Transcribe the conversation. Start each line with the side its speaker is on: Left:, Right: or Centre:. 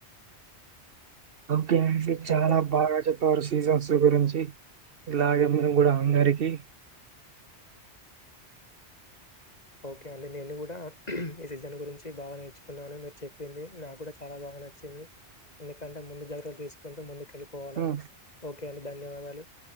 Right: ఓకే అండి చాలా
Left: ఇంకా
Right: బాగా చెప్పారు సీజన్స్ గురించి ఇలాగే మేము కూడా అందరికి
Left: ఓకే అండి నేను కూడా ఈ సీజన్ గురించి బాగా నేర్చుకున్నాను మీరు చెప్పింది నాకు కూడా చాలా బాగా నచ్చింది ఎందుకంటే ముందు జాగ్రలు తీసుకుంటూ ముందు కలిపోవాలని
Right: హ్మ్.
Left: ఓకే అండి ధన్యవాదాలు